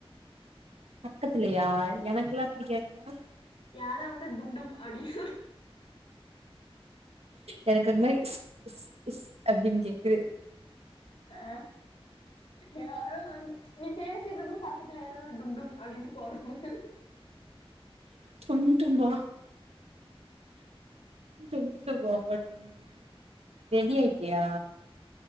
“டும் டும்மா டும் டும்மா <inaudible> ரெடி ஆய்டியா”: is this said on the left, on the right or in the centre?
Right